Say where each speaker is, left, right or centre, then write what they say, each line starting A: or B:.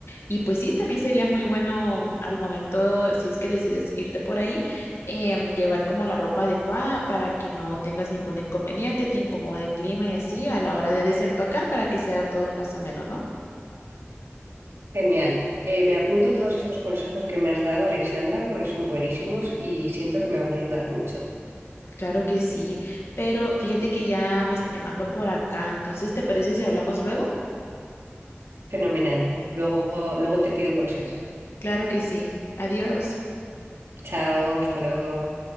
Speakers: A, on the left; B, on the right.
A: Y pues sí, también sería muy bueno al momento, si es que decides irte por ahí, em, llevar como la ropa adecuada para que no tengas ningún inconveniente, te incomode el clima y así a la hora de desempacar para que sea todo más ameno, ¿no?
B: Genial. Eh, me apunto todos estos consejos que me has dado, Alexandra, porque son buenísimos y siento que me van a ayudar mucho.
A: Claro que sí, pero fíjate que ya me están llamando por acá, entonces, ¿te parece si hablamos luego?
B: Fenomenal. Luego, luego te pido consejo.
A: Claro que sí. Adiós.
B: Chao, hasta luego.